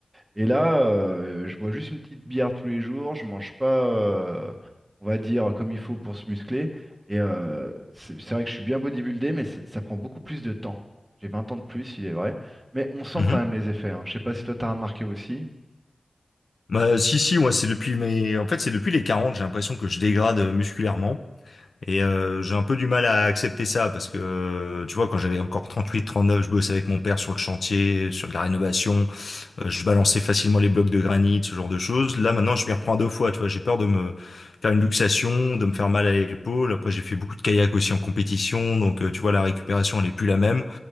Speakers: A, on the right (about 25°); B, on the left (about 75°).
A: Et là, euh, je bois juste une petite bière tous les jours, je mange pas, euh, on va dire, comme il faut pour se muscler, et euh, c'est c'est vrai que je suis bien bodybuildé, mais c'est- ça prend beaucoup plus de temps. J'ai 20 ans de plus, il est vrai. Mais on sent
B: mhm.
A: quand même les effets. Hein. Je sais pas si toi t'as remarqué aussi.
B: Bah, si, si, moi, c'est depuis mes... En fait, c'est depuis les quarante j'ai l'impression que je dégrade euh, musculairement. Et euh, j'ai un peu du mal à accepter ça parce que, euh, tu vois, quand j'avais encore trente huit trente neuf je bossais avec mon père sur le chantier, sur de la rénovation, euh, je balançais facilement les blocs de granit, ce genre de choses. Là, maintenant, je m'y reprends à deux fois, tu vois, j'ai peur de me faire une luxation, de me faire mal à l'épaule. Après, j'ai fait beaucoup de kayak aussi en compétition, donc, euh, tu vois, la récupération, elle est plus la même.